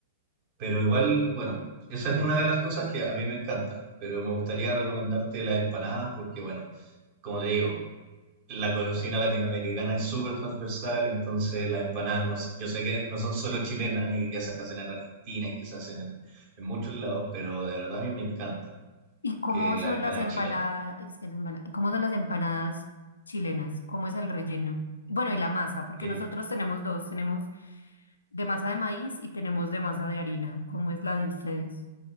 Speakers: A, on the right; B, on the left.
A: Pero igual, bueno, esa es una de las cosas que a mí me encanta, pero me gustaría recomendarte las empanadas, porque bueno, como te digo, la cocina latinoamericana es súper transversal, entonces las empanadas, no s- yo sé que no son solo chilenas y que se hacen en Argentina y que se hacen en, en muchos lados, pero de verdad a mí me encanta
B: ¿Y cómo
A: que la
B: son
A: empanada
B: las empaladas,
A: chilena.
B: cómo son las empanadas chilenas? ¿Cómo es el relleno? Bueno, y la masa, porque
A: Eh,
B: nosotros tenemos dos, tenemos de masa de maíz y tenemos de masa de harina, ¿cómo es la de ustedes?